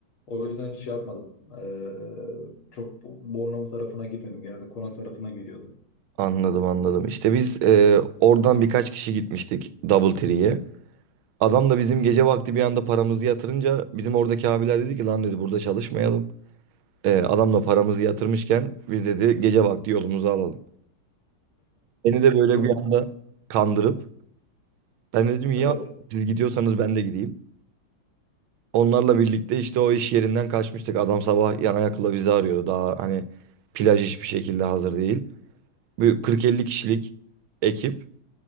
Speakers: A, on the left; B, on the right.
A: O yüzden hiç şey yapmadım. Ee, çok Bo- Bornova tarafına gitmedim. Genelde Konak tarafına gidiyordum.
B: Anladım anladım. İşte biz e, oradan birkaç kişi gitmiştik Double Tree'ye. Adam da bizim gece vakti bir anda paramızı yatırınca bizim oradaki abiler dedi ki lan dedi burada çalışmayalım. E, adamla paramızı yatırmışken biz dedi gece vakti yolumuzu alalım. Beni de böyle
A: Çok
B: bir anda kandırıp ben dedim ya
A: evet.
B: siz gidiyorsanız ben de gideyim. Onlarla birlikte işte o iş yerinden kaçmıştık. Adam sabah yana yakıla bizi arıyordu. Daha hani plaj hiçbir şekilde hazır değil. Bir 40-50 kişilik ekip